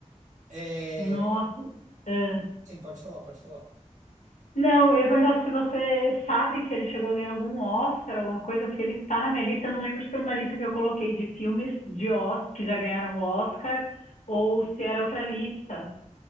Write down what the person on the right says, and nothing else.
É...
Sim, pode falar, pode falar.